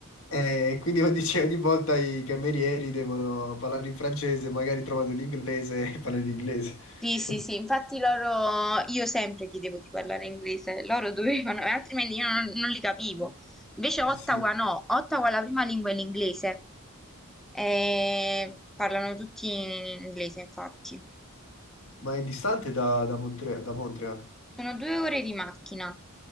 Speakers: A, on the left; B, in the centre.
A: Eh, quindi ogni, cioè, ogni volta i camerieri devono parlare in francese, magari trovano l'inglese e parlano in inglese.
B: Sì, sì,
A: <laughs>
B: sì, infatti loro, io sempre chiedevo di parlare inglese, loro dovevano, e altrimenti io non, non li capivo. Invece Ottawa
A: Sì.
B: no, Ottawa la prima lingua è l'inglese, e parlano tutti in inglese, infatti.
A: Ma è distante da, da Montre- da Montreal?
B: Sono due ore di macchina,